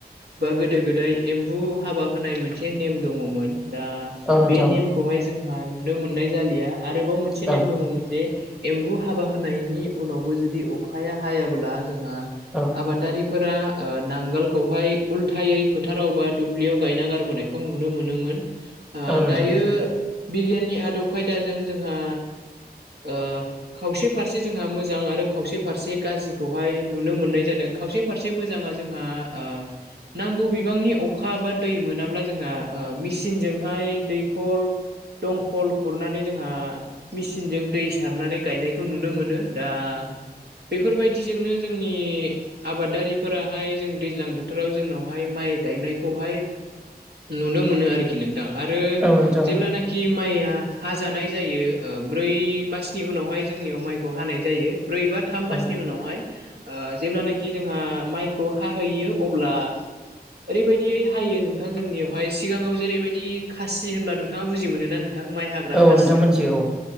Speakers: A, on the right; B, in the centre.
A: बा गोदो गोदाय एम बु हाबा होनाय मोनसे नेम दङमोन दा
B: औ नोंथां
A: बे नेमखौहाय जोंहा नुनो मोननाय जालिया आरोबाव मोनसे
B: औ
A: नेम दङमोन जे एम्बु हाबा होनायनि उनावबो जुदि अखाया हायाब्ला जोंहा
B: औ
A: आबादारिफोरा ओ नांगोलखौहाय उल्थायै फोथाराव बा दुब्लियाव गायना गारबोनायखौ नुनो मोनोमोन। ओ
B: औ नोंथां
A: दायो बिगियाननि आदब खायदाजों जोंहा ओ खावसे फारसे जोंहा मोजां आरो खावसे फारसे गाज्रिखौहाय नुनो मोननाय जादों खावसे फारसे मो जां आ जोंहा ओ नांगौ बिबांनि अखा बा दै मोनाब्ला जोंहा ओ मिसिनजों हाय दैखर दंकल खुरनानै जोंहा मिसिनजों दै सारनानै गायनायखौ नुनो मोनो। दा बेफोरबायदिजोंनो जोंनि आबादारि फोराहाय जों दैज्लां बोथोराव जोंनावहाय माइ गायनायखौहाय नुनो मोनो आरोखि नोंथां आरो
B: औ नोंथां
A: जेब्लानोखि माइया आ हाजानाय जायो ओ ब्रै मासनि उनावहाय जोंनियाव माइखौ हानाय जायो ब्रै बा थाम मासनि
B: औ
A: उनावहाय ओ जेब्लानोखि जोंहा माइखौ हाहैयो अब्ला ओरैबायदियै हायो नोंथां जोंनियावहाय सिगाङाव जेरैबायदि खासि होनबा नोंथाङा बुजि मोनो ना नों थां माइ हाग्रा
B: औ
A: खासि
B: नोंथां मोनथियो